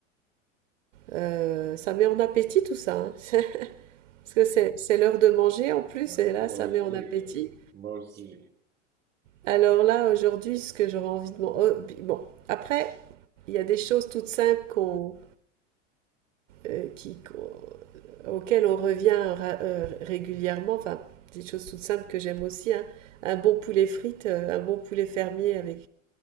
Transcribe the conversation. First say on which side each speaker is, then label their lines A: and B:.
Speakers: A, on the right; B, on the right.
A: euh, ça met en appétit tout ça. hein. <laughs> Parce que c'est, c'est l'heure de manger en plus,
B: bah,
A: et là,
B: moi
A: ça
B: aussi,
A: met en appétit.
B: moi aussi.
A: Alors là, aujourd'hui, ce que j'aurais envie de manger. bon, après, il y a des choses toutes simples qu'on, euh, qui, qu'on- auxquelles on revient ra- euh, régulièrement. Enfin, des choses toutes simples que j'aime aussi. hein. Un bon poulet frites, euh, un bon poulet fermier avec